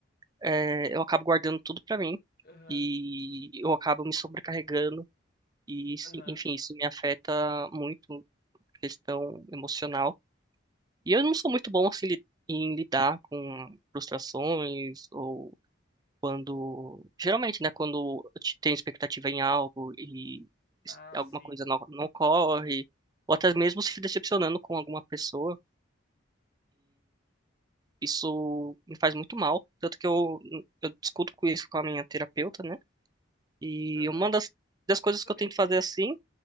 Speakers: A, on the right (about 20°); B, on the left (about 45°).
A: é, eu acabo guardando tudo pra mim
B: Aham,
A: e eu acabo me sobrecarregando e isso-
B: aham.
A: enfim, isso me afeta muito questão emocional. E eu não sou muito bom assim li- em lidar com frustrações ou quando, geralmente, né, quando eu te- tenho expectativa em algo e es-
B: Ah,
A: alguma
B: sim.
A: coisa não, não ocorre, ou até mesmo se decepcionando com alguma pessoa. Isso me faz muito mal, tanto que eu, eu discuto com isso com a minha terapeuta, né? E
B: Aham.
A: uma das, das coisas
B: Sabia
A: que eu tento
B: que
A: fazer assim,